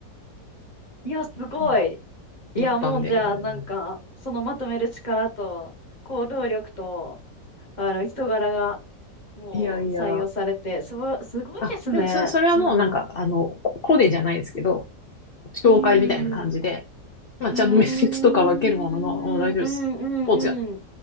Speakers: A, on the left; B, on the left.
A: いや、すごい。
B: な。うん
A: いや、
B: なったんで。
A: もうじゃあ、なんか、そのまとめる力と、行動力と、あの人柄が、もう採用されて、
B: いやいや。
A: すご、すごいですね。
B: あ、でもそ、それはもうなんか、
A: そんな。
B: あの、ココネじゃないですけど、紹介みたいな感じで、
A: うーん、う
B: まあちゃんと面接とかは受けるものの、
A: ーん、
B: もう大丈夫です。
A: うん、うん、
B: スポーツや
A: うん。